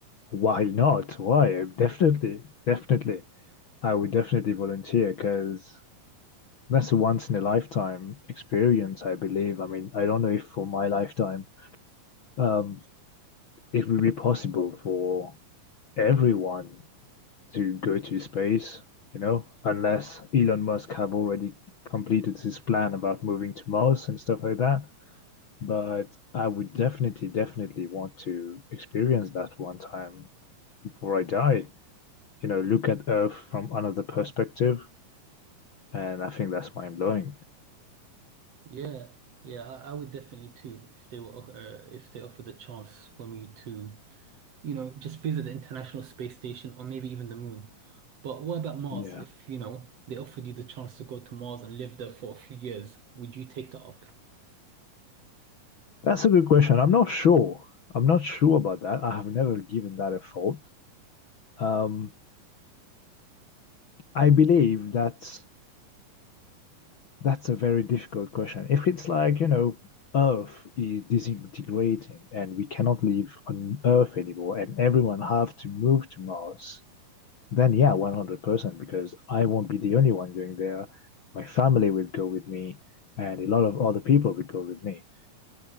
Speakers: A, on the left; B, on the right.
A: why not? Why? Definitely, definitely. I would definitely volunteer because that's a once in a lifetime experience, I believe. I mean, I don't know if for my lifetime. Um, it will be possible for everyone to go to space, you know, unless Elon Musk have already completed his plan about moving to Mars and stuff like that. But I would definitely, definitely want to experience that one time before I die. You know, look at Earth from another perspective, and I think that's mind blowing.
B: Yeah, yeah, I, I would definitely too if they were uh, if they offered the chance for me to. you know, just visit the International Space Station or maybe even the moon. But what about Mars?
A: Yeah,
B: If, you know, they offered you the chance to go to Mars and live there for a few years, would you take that up?
A: that's a good question. I'm not sure. I'm not sure about that. I have never given that a thought. Um, I believe that That's a very difficult question. If it's like, you know, Earth is disintegrating and we cannot live on Earth anymore and everyone have to move to Mars, then yeah, 100% because I won't be the only one going there. My family will go with me and a lot of other people will go with me.